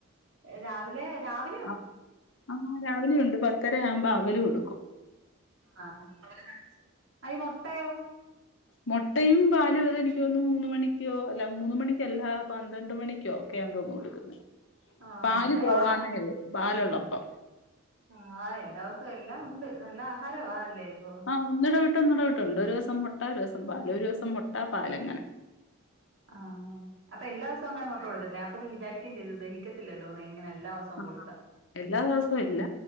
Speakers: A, on the right; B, on the left.
A: രാവിലെ രാവ്
B: ആഹ് ആഹ് രാവിലെയും ഉണ്ട് പത്തരയാവുമ്പോ അവല് കൊടുക്കും
A: ആഹ് അവല് നനച്ചത്. അയി മുട്ടയോ
B: മുട്ടയും പാലും അത് എനിക്കോന്ന്ണു മൂന്ന് മണിക്കോ അല്ല മൂന്ന് മണിക്കല്ല പന്ത്രണ്ട് മണിക്കോ ക്കയാന്ന് തോന്നുന്നു കൊടുക്കുന്നെ.
A: ആഹ്
B: പാല്
A: അങ്ങനെ
B: പോവാന്നേരം
A: എല്ലാ
B: പാലുള്ളപ്പം
A: ആഹ് എല്ലാ ഓസം എല്ലാം ഒണ്ട് നല്ല ആഹാരവാ അല്ലേ അപ്പൊ
B: ആഹ് ഒന്നിടവിട്ട് ഒന്നിടവിട്ടുണ്ട് ഒരു ദിവസം മുട്ട ഒരു ദിവസം പാല് ഒരു ദിവസം മുട്ട പാല്അങ്ങനെ
A: ആഹാ അപ്പൊ എല്ലാ ദിവസവും അങ്ങനെ മുട്ട കൊടുക്കത്തില്ലേ അപ്പോ ഞാ വിചാരിക്കേം ചെയ്തു ദഹിക്കത്തില്ലല്ലോ ന്ന് എങ്ങനെ എല്ലാ ദിവസവും
B: ആഹ്
A: കൊടുത്താ
B: എല്ലാ ദിവസവും ഇല്ല